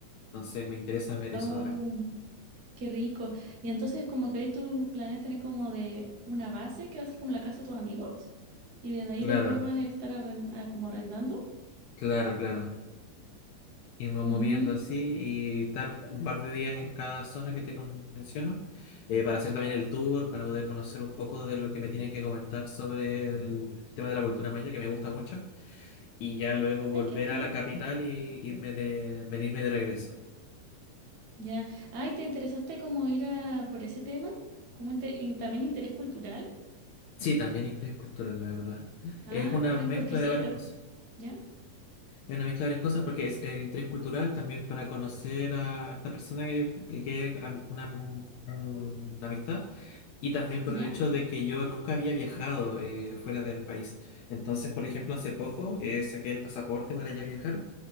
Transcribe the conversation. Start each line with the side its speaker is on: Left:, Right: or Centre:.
Left: Entonces me interesa ver
Right: Oh,
Left: eso también.
Right: qué rico. Y entonces como que ahí tú planeas tener como de una base que va a ser como la casa de tus amigos. Y desde ahí
Left: Claro,
Right: después vas a estar arren- ah, como arrendando.
Left: claro, claro. irnos
Right: Ujú.
Left: moviendo así y estar un par de días en cada zona que te con- menciono eh, para hacer también el tour, para poder conocer un poco de lo que me tienen que comentar sobre el tema de la cultura maya, que me gusta mucho, y ya luego volver
Right: Ay, qué bacán.
Left: a la capital y irme de, venirme de regreso.
Right: Ya. Ay, ¿te interesaste como ir a por ese tema? Como inte- y también interés cultural.
Left: Sí, también interés cultural, la verdad.
Right: Ah,
Left: Es una
Right: bacán,
Left: mezcla
Right: porque sí,
Left: de varias
Right: el- el-
Left: cosas.
Right: ya,
Left: Es una mezcla de varias cosas porque es el interés cultural también para conocer a esta persona que, que es am- una, un- una amistad Y también por
Right: ya,
Left: el hecho de que yo nunca había viajado eh, fuera del país. Entonces, por ejemplo, hace poco eh, saqué el pasaporte para ya viajar